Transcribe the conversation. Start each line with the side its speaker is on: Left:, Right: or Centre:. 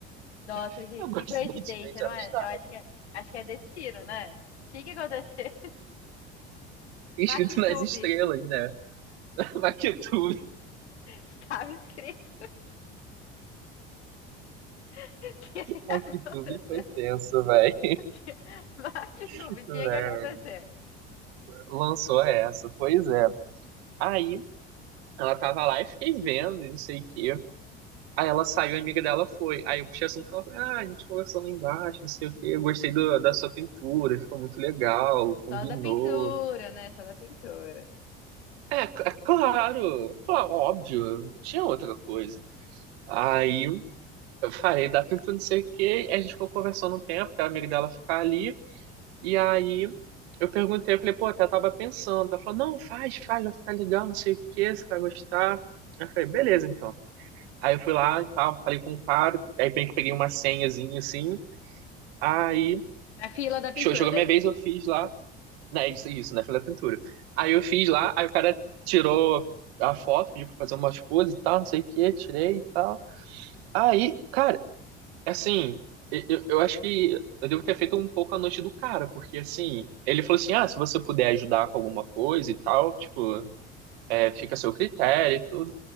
Left: Nossa,
Right: <laughs>
Left: gente,
Right: Coincidentemente,
Left: que coincidência, não
Right: ela
Left: é?
Right: estava.
Left: Eu acho que é, acho que é destino, né? Tinha que acontecer.
Right: Escrito
Left: MacTube.
Right: nas estrelas, né? <laughs> MacTube.
Left: Estava escrito. <laughs> Tinha que
Right: MacTube
Left: acontecer.
Right: foi tenso, velho.
Left: Tinha... MacTube,
Right: <laughs>
Left: tinha que acontecer.
Right: Lançou essa, pois é. Aí, ela tava lá e fiquei vendo, e não sei o quê. Aí ela saiu, a amiga dela foi. Aí eu puxei assunto com ela, falei, ah, a gente conversou lá embaixo, não sei o quê. Eu gostei do- da sua pintura, ficou muito legal, combinou.
Left: Só da pintura, né? Só da pintura.
Right: É, c- é claro, claro, óbvio, não tinha outra coisa. Aí eu falei, dá tempo, não sei o quê. a gente ficou conversando um tempo, até a amiga dela ficar ali. E aí eu perguntei, eu falei, pô, até tava pensando. Ela falou, não, faz, faz, vai ficar legal, não sei o quê, você vai gostar. Eu falei, beleza, então. Aí eu fui lá e tal, falei com o cara, aí bem que peguei uma senhazinha assim. Aí,
Left: Pra fila da
Right: show,
Left: pintura,
Right: chegou a
Left: daí.
Right: minha vez, eu fiz lá. Né, isso, isso, né? Falei da pintura. Aí eu fiz lá, aí o cara tirou a foto, pediu pra fazer umas poses e tal, não sei o quê, tirei e tal. Aí, cara, Assim, e- eu, eu acho que eu devo ter feito um pouco a noite do cara, porque assim, ele falou assim, ah, se você puder ajudar com alguma coisa e tal, tipo, é, fica a seu critério e tudo.